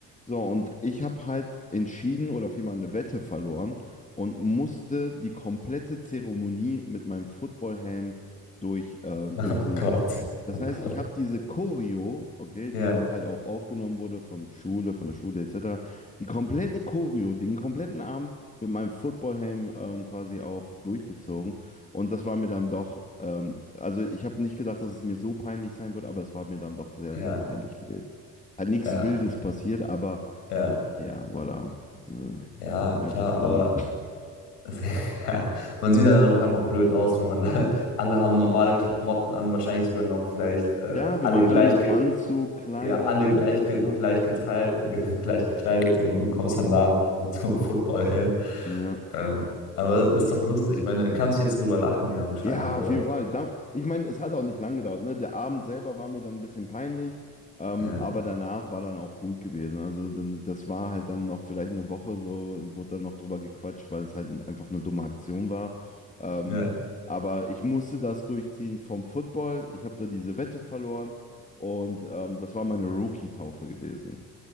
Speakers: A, on the left; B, on the left.
A: So, und ich habe halt entschieden oder vielmehr eine Wette verloren und musste die komplette Zeremonie mit meinem Footballhelm durch, äh, durchleben.
B: <laughs> Oh Gott,
A: Das
B: oh
A: heißt,
B: Gott.
A: ich habe diese Choreo, okay,
B: Ja,
A: die dann halt auch aufgenommen wurde vom Schule, von der Schule etc., die komplette Choreo, den kompletten Abend mit meinem Footballhelm ähm, quasi auf durchgezogen. Und das war mir dann doch, ähm, also ich habe nicht gedacht, dass es mir so peinlich sein wird, aber es war mir dann doch sehr,
B: ja,
A: sehr peinlich gewesen. Hat nichts
B: ja,
A: Wildes passiert, aber
B: ja,
A: ja, voilà. So,
B: ja,
A: Einfach
B: klar,
A: dumm.
B: aber es- <laughs> ja, man sieht ja dann auch einfach blöd aus, wenn man da, alle haben normale Klamotten an, wahrscheinlich sogar noch vielleicht äh,
A: Ja,
B: alle
A: wir waren
B: gleich,
A: alle mit Anzug, Kleider
B: ja, alle gleich,
A: etc.
B: ge- gleich, getrei- ge- <laughs> gleich gekleidet und du kommst dann da <laughs> mit so einem Footballhelm.
A: Ja.
B: Ähm, aber ist doch lustig. Ich meine, kannst du jetzt drüber lachen, ja, bescheiden,
A: Ja,
B: oder?
A: auf jeden Fall. Da, ich meine, es hat auch nicht lang gedauert. Ne? Der Abend selber war mir dann ein bisschen peinlich, ähm,
B: Ja,
A: aber danach war dann auch gut gewesen. Also dann, das war halt dann noch vielleicht eine Woche so, wurde dann noch drüber gequatscht, weil es halt einfach eine dumme Aktion war. Ähm,
B: ja.
A: aber ich musste das durchziehen vom Football. Ich habe da diese Wette verloren und ähm, das war meine Rookie-Taufe gewesen.